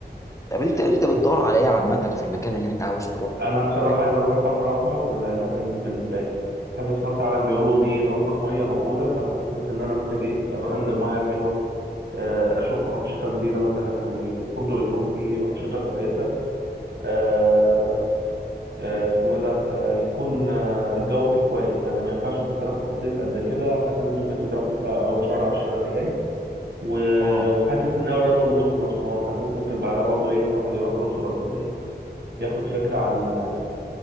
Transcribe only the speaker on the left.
طب انت انت بتدور على ايه عامه في المكان اللي انت عاوز تروحه
يعني
اه